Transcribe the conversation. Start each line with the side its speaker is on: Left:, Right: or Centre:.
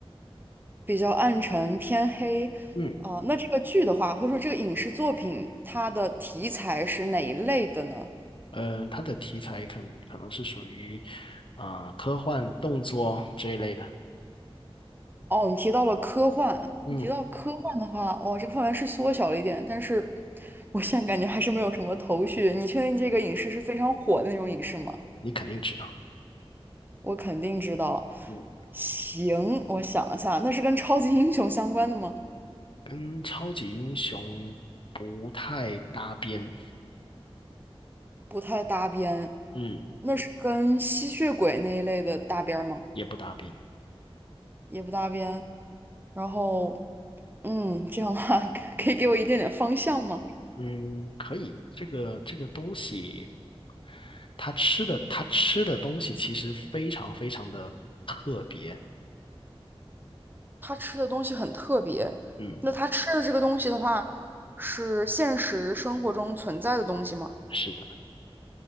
Right: 比较暗沉偏黑。
Left: 嗯，
Right: 啊、那这个剧的话，或者说这个影视作品，它的题材是哪一类的呢？
Left: 呃，它的题材可可能是属于啊、呃科幻、动作这一类的。
Right: 哦，你提到了科幻，
Left: 嗯，
Right: 你提到科幻的话，哦，这个范围是缩小了一点，但是我现在感觉还是没有什么头绪。你确定这个影视是非常火的那种影视吗？
Left: 你肯定知道。
Right: 我肯定知道。
Left: 嗯，
Right: 行，我想一下，那是跟超级英雄相关的吗？
Left: 跟超级英雄不太搭边。
Right: 不太搭边。
Left: 嗯，
Right: 那是跟吸血鬼那一类的搭边儿吗？
Left: 也不搭边。
Right: 也不搭边。然后，嗯，这样的话 <laughs>，可以给我一点点方向吗？
Left: 嗯，可以。这个这个东西，它吃的它吃的东西其实非常非常的特别。
Right: 他吃的东西很特别。
Left: 嗯。
Right: 那他吃的这个东西的话，是现实生活中存在的东西吗？
Left: 是的，